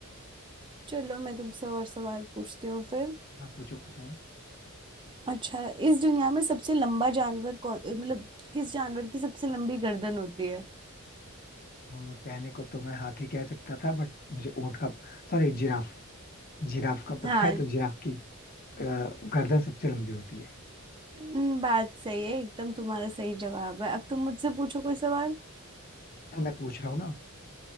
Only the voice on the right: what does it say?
चलो मैं तुमसे और सवाल पूछती हूँ फिर
अच्छा इस दुनिया में सबसे लंबा जानवर कौन मतलब किस जानवर की सबसे लंबी गर्दन होती है
हाँ
हम्म, बात सही है एकदम तुम्हारा सही जवाब है अब तुम मुझसे पूछो कोई सवाल